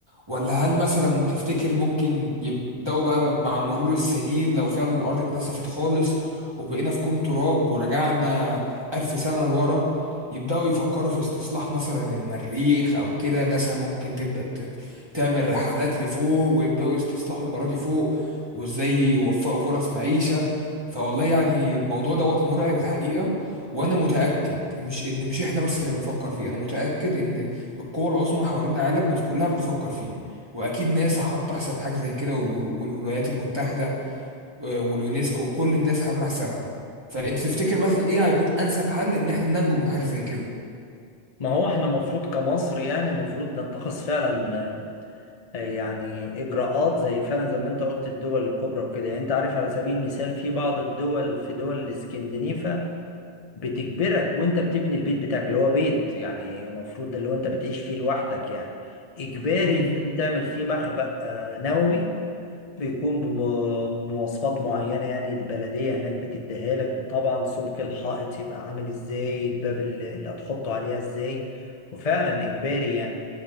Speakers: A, on the right; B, on the left.
A: ولا هل مثلا تفتكر ممكن يبدأوا بقى مع مرور السنين لو فعلا الأرض اتنسفت خالص وبقينا في كوم تراب ورجعنا ألف سنة لورا يبدأوا يفكروا في استصلاح مثلا المريخ أو كده ناسا ممكن تبدأ ت- تعمل رحلات لفوق ويبدأوا يستصلحوا الأراضي فوق وإزاي يوفقوا فرص معيشة فوالله يعني الموضوع دوت مرعب الحقيقة وأنا متأكد مش إن مش إحنا بس اللي بنفكر فيه أنا متأكد إن القوى العظمى حوالين العالم بت- كلها بتفكر فيه واكيد ناسا حاطه حساب حاجه زي كده وال- والولايات المتحده آه، واليونسكو وكل الناس عامله حسابها فانت تفتكر مثلا ايه هيكون انسب حل ان احنا ننجو من حاجه زي كده
B: ما هو احنا المفروض كمصر يعني المفروض نتخذ فعلا آه، يعني إجراءات زي فعلا زي ما انت قلت الدول الكبرى وكده يعني انت عارف على سبيل المثال في بعض الدول في دول الاسكندنيفة بتجبرك وانت بتبني البيت بتاعك اللي هو بيت يعني المفروض ده اللي هو انت بتعيش فيه لوحدك يعني اجباري
A: امم
B: لازم تعمل فيه مخبأ آه، نووي بيكون بم- بمواصفات معينة يعني البلدية هناك بتديها لك وطبعا سمك الحائط يبقى عامل ازاي الباب اللي اللي هتحطه عليها ازاي وفعلا اجباري يعني